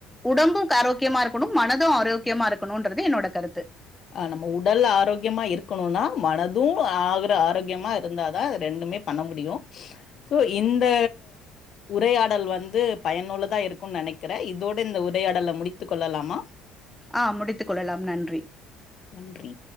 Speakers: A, in the centre; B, on the left.
A: உடம்பு ஆரோக்கியமா இருக்கணு மனது ஆரோக்கியமா இருக்கணுன்றது என்ன னோட கருத்து
B: ஆ நம்ம உடல் ஆரோக்கியமா இருக்கணுனா மனது ஆகுற ஆரோக்கியமா இருந்தாதா ரெண்டு மே பண்ண முடியு சோ இந்த உரையாடல் வந்து பயனுள்ளதா இருக்கு நெனைக்கிறே இதோட இந்த உரையாடல முடித்து கொள்ளலாமா
A: ஆ முடித்து கொள்ளலாம் நன்
B: நன்றி